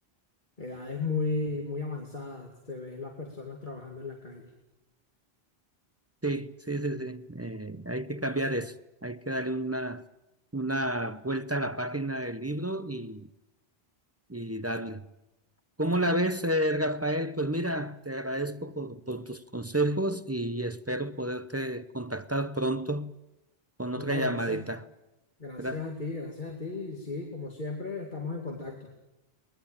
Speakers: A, on the left; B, on the right.
A: edades muy, muy avanzadas, te ves las personas trabajando en la calle.
B: Sí, sí, sí, sí. Eh, hay que cambiar eso. Hay que darle una, una vuelta a la página del libro y, y darle. ¿Cómo la ves, eh, Rafael? Pues mira, te agradezco por, por tus consejos y espero poderte contactar pronto con
A: No,
B: otra llamadita.
A: gracias, gracias
B: Gra-
A: a ti, gracias a ti. y Sí, como siempre, estamos en contacto.